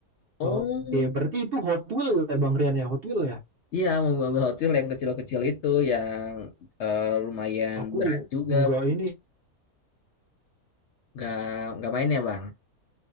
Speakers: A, on the left (about 65°); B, on the right (about 60°).
A: Oh,
B: Oke, berarti itu Hot Wheel ya Bang Rian ya, Hot Wheel ya.
A: iya mobil-mobil Hot Wheels yang kecil-kecil itu yang eh, lumayan
B: Aku
A: berat juga.
B: enggak ini,
A: Gak nggak main ya bang.